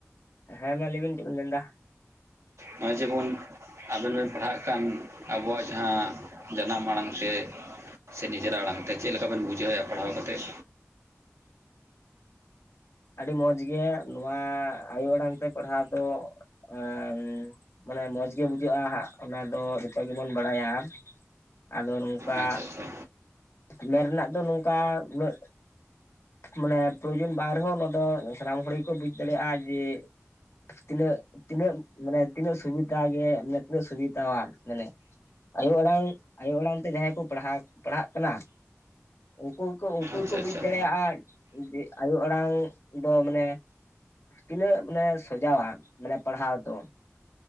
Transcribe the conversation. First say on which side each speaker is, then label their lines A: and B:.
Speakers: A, on the left; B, on the right.
A: ᱦᱮᱸ ᱢᱟ ᱞᱮᱭ ᱵᱤᱱ ᱪᱮᱜ ᱵᱤᱱ ᱢᱮᱱᱫᱟ᱾
B: ᱦᱚ-ᱜᱚᱭ ᱡᱮᱵᱚᱱ ᱟᱵᱮᱱ ᱵᱮᱱ ᱯᱟᱲᱦᱟᱜ ᱠᱟᱱ ᱟᱵᱚᱣᱟᱜ ᱡᱟᱸᱦᱟ ᱡᱟᱱᱟᱢ ᱟᱲᱟᱝ ᱛᱮ ᱥᱮ ᱱᱤᱡᱮᱨᱟᱜ ᱟᱲᱟᱝ ᱛᱮ ᱪᱮᱜ ᱞᱮᱠᱟ ᱵᱮᱱ ᱵᱩᱡᱷᱟᱹᱣᱼᱟ ᱯᱟᱲᱦᱟᱣ ᱠᱟᱛᱮᱫ?
A: ᱟᱹᱰᱤ ᱢᱚᱸᱡᱽ ᱜᱮ ᱱᱚᱣᱟ ᱟᱭᱳ ᱟᱲᱟᱝ ᱛᱮ ᱯᱟᱲᱦᱟᱣ ᱫᱚ ᱟᱸ ᱢᱟᱱᱮ ᱢᱚᱸᱡᱽ ᱜᱮ ᱵᱩᱡᱷᱟᱹᱜᱼᱟ ᱦᱟᱸᱜ ᱚᱱᱟ ᱫᱚ ᱡᱷᱚᱛᱚ ᱜᱮᱵᱚᱱ ᱵᱟᱲᱟᱭᱟ ᱟᱫᱚ ᱱᱚᱝᱠᱟ
B: ᱟᱪᱪᱷᱟ ᱟᱪᱪᱷᱟ
A: ᱢᱮᱱ ᱨᱮᱱᱟᱜ ᱫᱚ ᱱᱚᱝᱠᱟ ᱩᱱᱟᱹᱜ ᱢᱟᱱᱮ ᱯᱨᱚᱭᱳᱡᱚᱱ ᱵᱟᱝ ᱨᱮᱦᱚᱸ ᱫᱚ ᱥᱟᱱᱟᱢ ᱦᱚᱲ ᱜᱮᱠᱚ ᱵᱩᱡᱽ ᱫᱟᱲᱮᱭᱟᱜᱼᱟ ᱡᱮ ᱛᱤᱱᱟᱹᱜ ᱛᱤᱱᱟᱹᱜ ᱢᱟᱱᱮ ᱛᱤᱱᱟᱹᱜ ᱥᱩᱵᱤᱛᱟ ᱜᱮ ᱢᱟᱱᱮ ᱛᱤᱱᱟᱹᱜ ᱥᱩᱵᱤᱛᱟᱣᱟ ᱢᱟᱱᱮ ᱟᱭᱳ ᱟᱲᱟᱝ ᱟᱭᱳ ᱟᱲᱟᱝ ᱛᱮ ᱡᱟᱦᱟᱸᱭ ᱠᱚ ᱯᱟᱲᱦᱟ, ᱯᱟᱲᱦᱟᱜ ᱠᱟᱱᱟ ᱩᱱᱠᱩ ᱜᱮᱠᱚ, ᱩᱱᱠᱳ ᱜᱮᱠᱚ
B: ᱟᱪᱪᱷᱟ ᱟᱪᱪᱷᱟ
A: ᱵᱩᱡᱽ ᱫᱟᱲᱮᱭᱟᱜᱼᱟ ᱡᱮ ᱟᱭᱳ ᱟᱲᱟᱝ ᱫᱚ ᱢᱟᱱᱮ, ᱛᱤᱱᱟᱹᱜ ᱢᱟᱱᱮ ᱥᱚᱡᱟᱣᱟ ᱢᱟᱱᱮ ᱯᱟᱲᱦᱟᱣ ᱫᱚ᱾